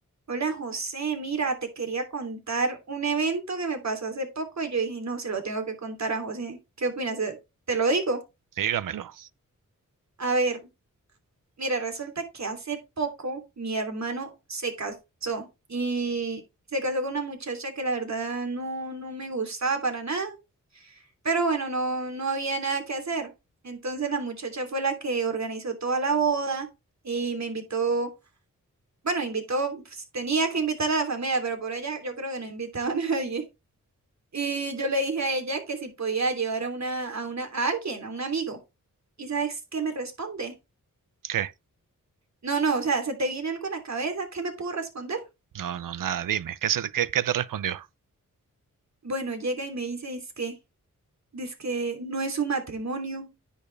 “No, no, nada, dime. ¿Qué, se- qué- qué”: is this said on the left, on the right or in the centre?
Right